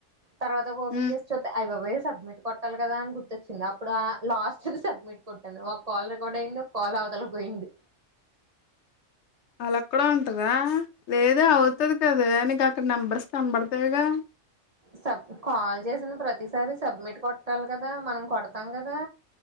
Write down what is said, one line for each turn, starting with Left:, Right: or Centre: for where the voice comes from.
Right: తర్వాకు ఓపెన్
Left: హ్మ్
Right: చేసి చుస్తే ఐ బాబోయ్ సబ్మిట్ కొట్టాలి కదా అని గుర్తొచ్చింది అప్పుడు ఆ లాస్ట్ సబ్మిట్ కొట్టను ఒక కాల్ రికార్డ్ అయింది కాల్ పదల పోయింది
Left: ఇలా కూడా ఉంటాదా లేదే అవుతది కదా నీకు అక్కడ నెంబర్స్ కంబడతాయిగా
Right: సబ్ కాల్ చేసిన ప్రతిసారి సబ్మిట్ కొట్ కోట్టాలి కదా మనం కొడతాం కదా